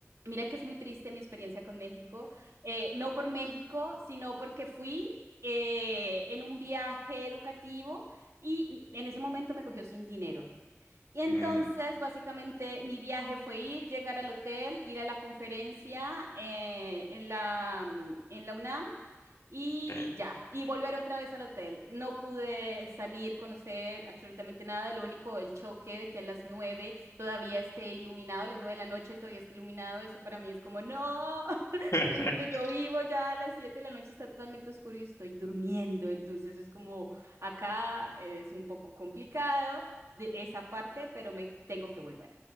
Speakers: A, on the right (about 75°); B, on the left (about 80°).
A: Mira que es muy triste mi experiencia con México, eh, no por México, sino porque fui eh, en un viaje educativo y en ese momento me cogió sin dinero. Y entonces,
B: Mm,
A: básicamente, mi viaje fue ir, llegar al hotel, ir a la conferencia eh, en la, mm, en la UNAM y
B: ok.
A: ya, y volver otra vez al hotel. No pude salir, conocer absolutamente nada, lo único, el choque de que a las nueve todavía esté iluminado, a las nueve de la noche todavía esté iluminado, eso para mí es como, no, <laughs>
B: <laughs>
A: en donde yo vivo ya a las siete de la noche está totalmente oscuro y estoy durmiendo, entonces es como, acá eh, es un poco complicado de esa parte, pero me tengo que volver